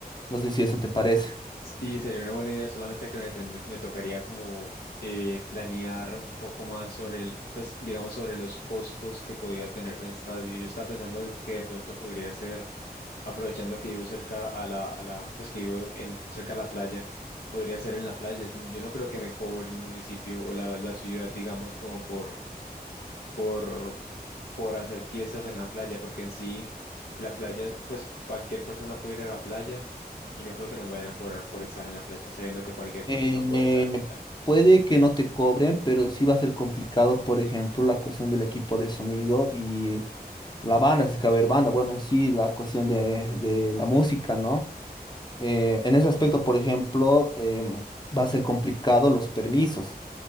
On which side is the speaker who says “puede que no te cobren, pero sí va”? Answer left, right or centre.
Left